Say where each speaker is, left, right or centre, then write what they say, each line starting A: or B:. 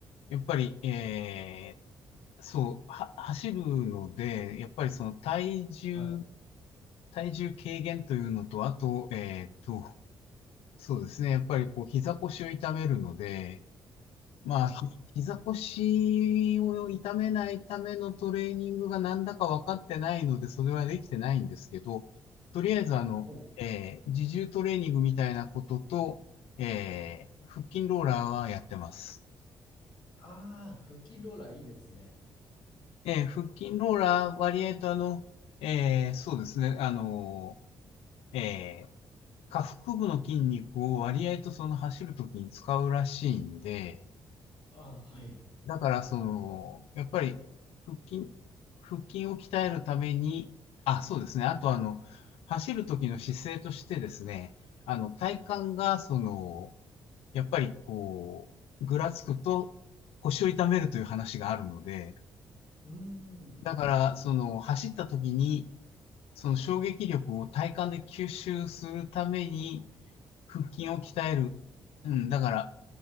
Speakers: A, on the left; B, on the left.
A: やっぱり、えー、そう、は、走るので、やっぱりその体重、
B: はい
A: 体重軽減というのと、あと、えっと、そうですね。やっぱりこう膝腰を痛めるので、まあ、
B: はい。
A: ひ膝腰を痛めないためのトレーニングがなんだか分かってないので、それはできてないんですけど、とりあえずあの、
B: ほう。
A: えー自重トレーニングみたいなことと、えー腹筋ローラーはやってます。
B: ああ、フキローラーいいですね。
A: えー腹筋ローラー割合とあの、えーそうですね、あの、えー下腹部の筋肉を割合とその走るときに使うらしいんで、
B: ああ、はい。
A: だからその、やっぱり腹筋、腹筋を鍛えるために、あ、そうですね。あとあの、走る時の姿勢としてですね、あの、体幹がその、やっぱりこう、ぐらつくと腰を痛めるという話があるので、
B: うーん。
A: だからその、走った時に、その衝撃力を体幹で吸収するために腹筋を鍛える。うん、だから